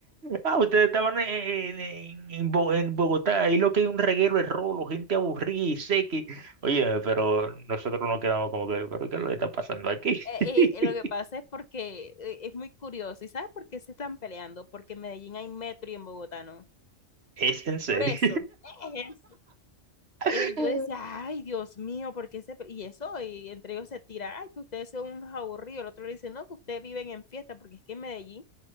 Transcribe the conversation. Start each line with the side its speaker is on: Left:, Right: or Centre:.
Right: Ah, ustedes estaban en, en- en Bo- en Bogotá, ahí lo que hay un reguero de rolo, gente aburrida y seca, Oye, pero nosotros nos quedamos como que, ¿pero qué es lo que está pasando aquí?
Left: Eh,
Right: <laughs>
Left: eh, lo que pasa es porque eh, es muy curioso. ¿Y sabes por qué se están peleando? Porque en Medellín hay metro y en Bogotá no.
Right: Es en serio.
Left: Por eso. Es eso.
Right: <laughs>
Left: Eh, yo decía, ay, Dios mío, ¿por qué se pe-?" Y eso, y entre ellos se tira, ay, que ustedes son unos aburridos. El otro le dice, no, que ustedes viven en fiesta, porque es que en Medellín,